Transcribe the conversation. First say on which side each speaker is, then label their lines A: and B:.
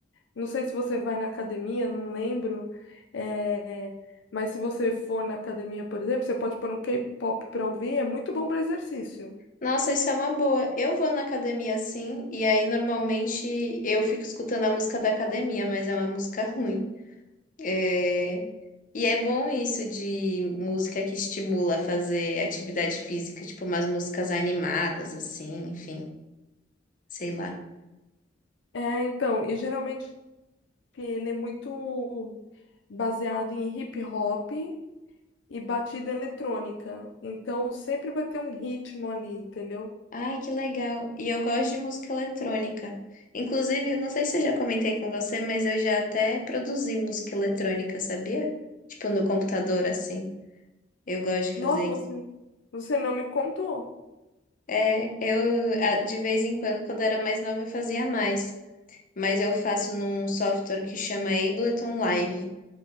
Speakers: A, on the left; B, on the left.
A: não sei se você vai na academia, não lembro, é, mas se você for na academia, por exemplo, você pode pôr um K-pop para ouvir, é muito bom para exercício.
B: Nossa, isso é uma boa. Eu vou na academia assim, e aí normalmente eu fico escutando a música da academia, mas é uma música <laughs> ruim. É... E é bom isso de música que estimula a fazer atividade física, tipo umas músicas animadas, assim, enfim, sei lá.
A: É, então, e geralmente ele é muito baseado em hip hop e batida eletrônica. Então sempre vai ter um ritmo ali, entendeu?
B: Ai, que legal. E eu gosto de música eletrônica. Inclusive, eu não sei se eu já comentei com você, mas eu já até produzi música eletrônica, sabia? Tipo, no computador, assim. Eu gosto de fazer
A: Nossa,
B: isso.
A: você, você não me contou.
B: É, eu, a- de vez em quando, quando era mais nova, eu fazia mais. Mas eu faço num software que chama Ableton Live.